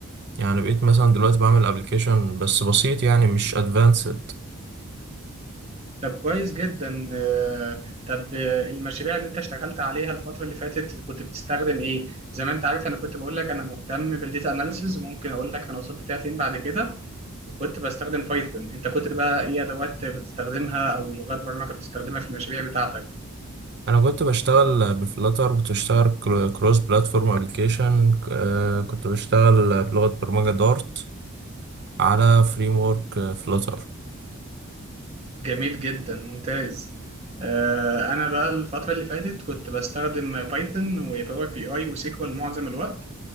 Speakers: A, on the right; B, on the right.
A: يعني بقيت مثلا دلوقتي بعمل أبليكيشن بس بسيط يعني مش أدفانسد
B: طب كويس جدا آه طب آه المشاريع اللي انت اشتغلت عليها الفترة اللي فاتت كنت بتستخدم ايه؟ زي ما انت عارف انا كنت بقول لك انا مهتم بالديتا اناليسز وممكن اقول لك انا وصلت فيها فين بعد كده وكنت بستخدم بايثون انت كنت بقى ايه ادوات بتستخدمها او لغات برمجة بتستخدمها في المشاريع بتاعتك؟
A: انا كنت بشتغل بفلاتر كنت بشتغل كرو- كروس بلاتفورم ابلكيشن آه، كنت بشتغل بلغة برمجة دارت على فريم ورك فلاتر
B: جميل جدا ممتاز آه، انا بقى الفتره اللي فاتت كنت بستخدم بايثون وباور بي اي وسيكوال معظم الوقت